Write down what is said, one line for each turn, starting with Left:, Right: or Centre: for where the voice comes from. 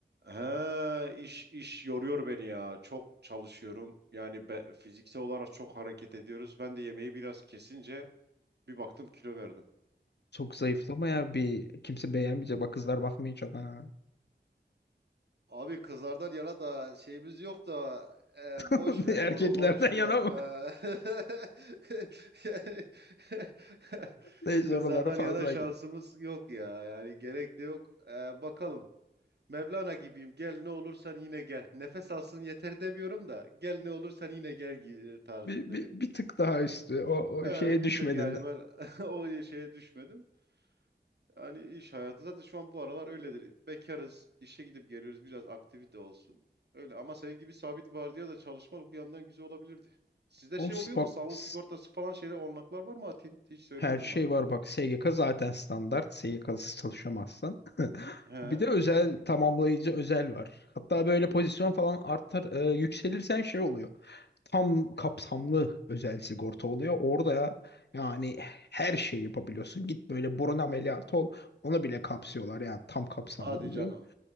Right: He, iş iş yoruyor beni ya. Çok çalışıyorum. Yani be- fiziksel olarak çok hareket ediyoruz. Ben de yemeği biraz kesince bir baktım kilo verdim.
Left: Çok zayıflama ya bir kimse beğenmeyecek. Bak kızlar bakmayacak ha.
Right: Abi kızlardan yana da şeyimiz yok da e,
Left: <laughs>
Right: boş ver
Left: Erkeklerden
Right: onu konuşmayalım.
Left: yana
Right: ha. <laughs> Yani <laughs>
Left: Neyse
Right: kızlardan
Left: oralara fazla
Right: yana şansımız
Left: git.
Right: yok ya yani gerek de yok. E, bakalım. Mevlana gibiyim. Gel ne olursan yine gel. Nefes alsın yeter demiyorum da gel ne olursan yine gel gi- tarzındayım.
Left: Bir, bir, bir tık daha üstü. O, o
Right: Ee,
Left: şeye
Right: bir
Left: düşmedin
Right: tık yani
Left: de.
Right: ben <laughs> o şeye düşmedim. Hani iş hayatı zaten şu an bu aralar öyledir. Bekarız, işe gidip geliyoruz. Biraz aktivite olsun. Öyle ama senin gibi sabit vardiya da çalışmak bir yandan güzel olabilirdi. Sizde
Left: Xbox
Right: şey oluyor mu? Sağlık sigortası falan şeyle olanaklar var mı Atin? Hiç söylemedin
Left: her şey
Right: bana.
Left: var bak. SGK zaten standart. SGK'sız çalışamazsın.
Right: He?
Left: Bir de özel tamamlayıcı özel var. Hatta böyle pozisyon falan artar e, yükselirsen şey oluyor. Tam kapsamlı özel sigorta oluyor. Orada yani her şeyi yapabiliyorsun. Git böyle burun ameliyatı ol. Onu bile kapsıyorlar yani tam kapsamlı
Right: Hadi
Left: oluyor.
Right: canım.